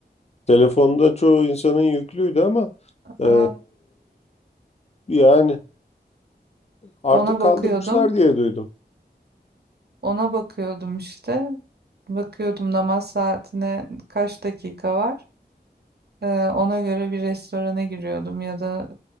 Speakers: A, on the left; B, on the right.
A: Telefonda çoğu insanın yüklüydü ama eee,
B: Aa,
A: yani artık
B: Ona
A: kaldırmışlar
B: bakıyordum.
A: diye duydum.
B: Ona bakıyordum işte. Bakıyordum namaz saatine kaç dakika var. Ee, ona göre bir restorana giriyordum ya da